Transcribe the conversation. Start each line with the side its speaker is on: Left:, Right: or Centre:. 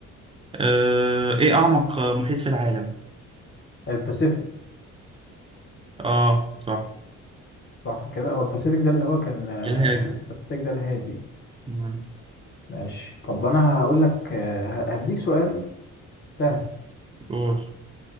Right: آه ايه أعمق آه، محيط في العالم؟
Left: الباسيفيك
Right: اه صح
Left: صح كده هو الباسيفيك ده اللي هو كان آه،
Right: الهادي
Left: الباسيفيك ده الهادي
Right: مم.
Left: ماشي طب انا هقول لك آه، ه- هديك سؤال سهل
Right: قول